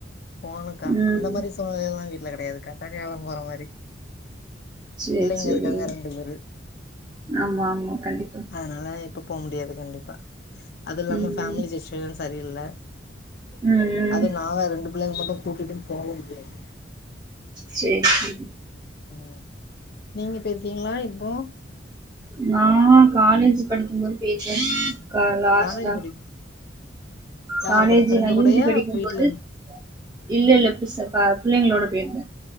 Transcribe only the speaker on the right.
ம்
சரி
சரி
ஆமா ஆமா கண்டிப்பா
ம்
ம்
ம்
சேரி சேரி
நா காலேஜ் படிக்கும்போது போய்ருக்கேன்க்கா லாஸ்ட்டா
காலேஜி
நா யூஜி
படிக்கும்போது
இல்லல்ல புசப் பார் பிள்ளைங்களோட போய்ருக்கே